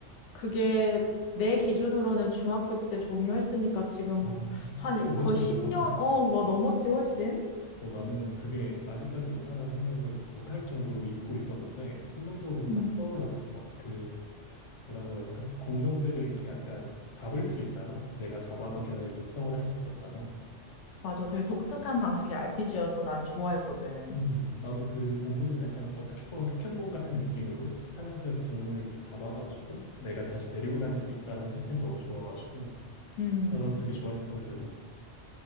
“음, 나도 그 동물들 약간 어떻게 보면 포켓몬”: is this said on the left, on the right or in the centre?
Left